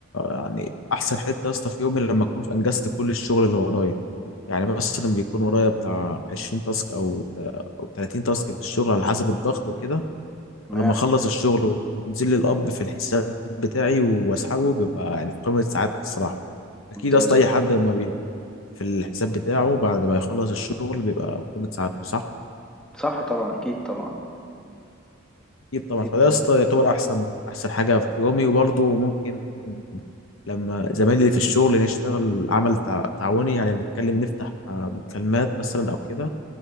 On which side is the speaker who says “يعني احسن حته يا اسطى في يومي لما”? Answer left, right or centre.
Left